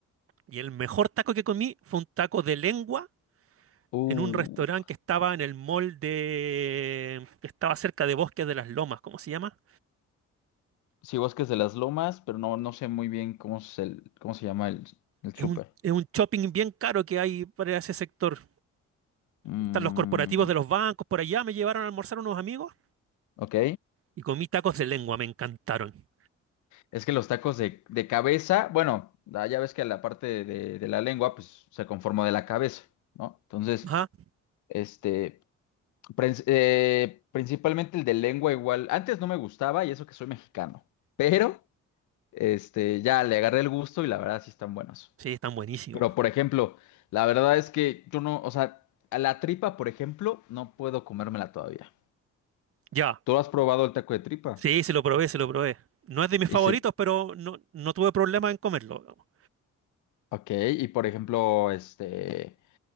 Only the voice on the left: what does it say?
Uh,
sí, Bosques de las Lomas, pero no, no sé muy bien cómo es el, cómo se llama el, el
súper.
Mm,
ok.
Es que los tacos de, de cabeza, bueno, da- ya ves que la parte de, de la lengua, pues se conforma de la cabeza, ¿no? Entonces.
Este, Prin- eh, principalmente el de lengua igual. Antes no me gustaba y eso que soy mexicano, pero este, ya le agarré el gusto y la verdad sí están buenos.
Pero por ejemplo, la verdad es que yo no, o sea, a la tripa, por ejemplo, no puedo comérmela todavía.
¿Tú has probado el taco de tripa?
Y
se,
ok, y por ejemplo, este,